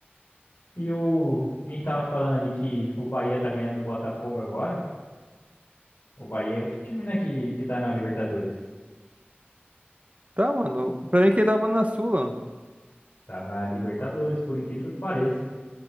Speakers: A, on the left (about 55°); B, on the right (about 35°).
A: E o. A gente tava falando ali que o Bahia tá ganhando do Botafogo agora. O Bahia é outro time, né? Que, que tá na Libertadores.
B: Tá, mano. Pra mim que ele tava na Sula.
A: Tá na Libertadores, por incrível que pareça.